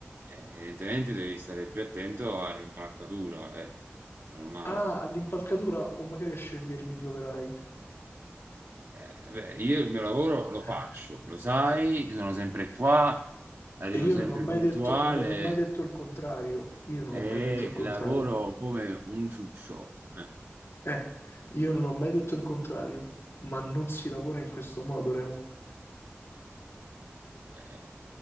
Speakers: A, on the right; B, on the left.
A: Eh, evidentemente devi stare più attento all'impalcatura, eh, è normale.
B: Ah, all'impalcatura o magari a scegliermi gli operai?
A: Eh, beh, io il mio lavoro lo
B: Eh,
A: faccio, lo sai, sono sempre qua, arrivo
B: E io
A: sempre
B: non ho mai
A: puntuale
B: detto, non ho mai detto il contrario. Io non ho
A: e
B: mai detto il contrario.
A: lavoro come un ciuccio. Eh,
B: Eh, io non ho mai detto il contrario, ma non si lavora in questo modo, Remo.
A: beh.